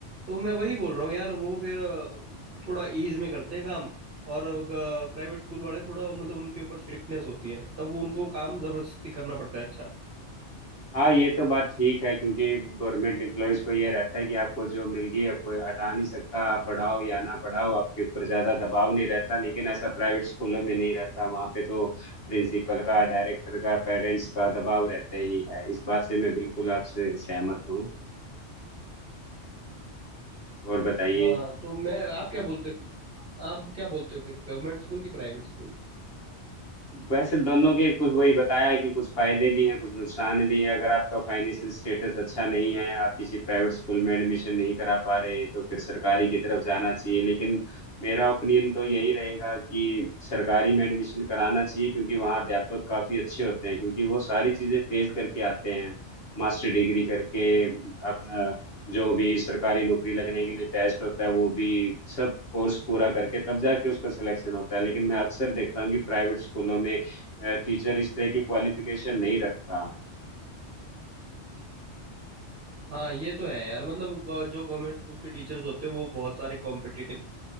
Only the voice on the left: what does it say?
हाँ ये तो बात ठीक है क्योंकि गवर्नमेंट एम्प्लॉयज को ये रहता है कि आपको जो मिल गई अब कोई हटा नहीं सकता आप पढ़ाओ या ना पढ़ाओ आपके ऊपर ज्यादा दबाव नहीं रहता लेकिन ऐसा प्राइवेट स्कूलों में नहीं रहता वहाँ पे तो प्रिंसिपल का डायरेक्टर का पेरेंट्स का दबाव रहता ही है इस बात से मैं बिल्कुल आपसे सहमत हूँ और बताइए
हाँ।
वैसे दोनों के कुछ वही बताया कि कुछ फायदे भी हैं कुछ नुकसान भी है अगर आपका फाइनेंशियल स्टेटस अच्छा नहीं है आप किसी प्राइवेट स्कूल में एडमिशन नहीं करा पा रहे तो फिर सरकारी की तरफ जाना चाहिए लेकिन मेरा ओपिनियन तो यही रहेगा कि सरकारी में एडमिशन कराना चाहिए क्योंकि वहाँ अध्यापक काफी अच्छे होते हैं क्योंकि वो सारी चीजें फेस करके आते हैं मास्टर डिग्री करके अपना जो भी सरकारी नौकरी लगने के लिए टेस्ट होता है वो भी सब कोर्स पूरा करके तब जाके उसका सिलेक्शन होता है लेकिन मैं अक्सर देखता हूँ कि प्राइवेट स्कूलों में टीचर इस तरह की क्वालिफिकेशन नहीं रखता